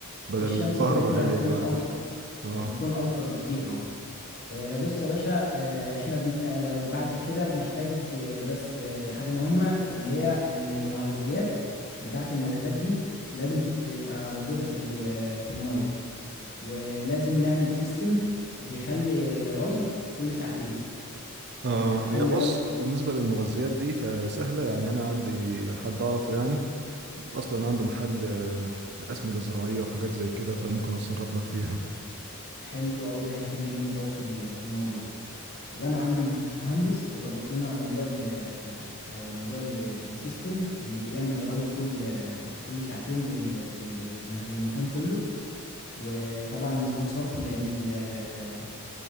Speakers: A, on the right (about 50°); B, on the left (about 45°).
A: بدل
B: في الشمس
A: الكهرباء
B: كده كده
A: غالية
B: هتكون
A: دلوقتي
B: أوفر
A: اه
B: هتكون أوفر بكتير اه آه، بص يا باشا آه، احنا بن... آه، بعد كده بنحتاج آه، بس آه، حاجة مهمة اللي هي ال- المغذيات بتاعة النباتات دي لازم تت- تبقى موجودة في ال- آه، في المية ولازم نعمل سيستم بيخلي آه، ري كل ساعتين
A: اه
B: يعني بيخلي
A: هي بص
B: ري
A: بالنسبة للمغذيات دي فسهلة يعني انا عندي حد اعرفه يعني اصلا عنده محل آه، اسمده زراعيه وحاجات زي كده فممكن اتصرف لك فيها
B: حلو أوي ده هيفيدنا جامد أوي في ال- في الموضوع وأنا عندي مهندس هيظبط لنا موضوع ال آه، آه، موضوع ال- السيستم اللي بيعمل ري كل آه، كل ساعتين لل- لل- للم- للمكان كله وطبعا نظام صرف لان ال- آه،